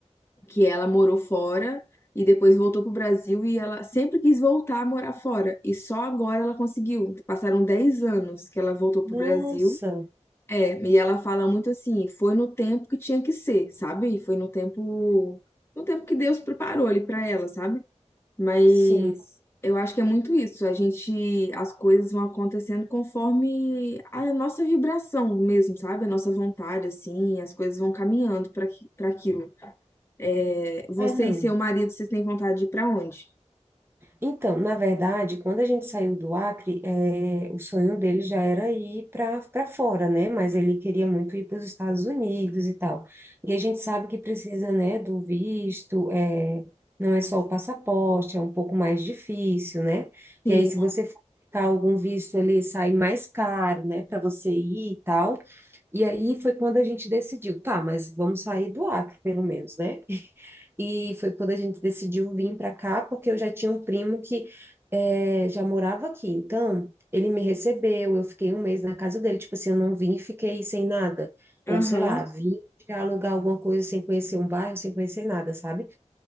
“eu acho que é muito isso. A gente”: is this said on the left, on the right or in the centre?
Left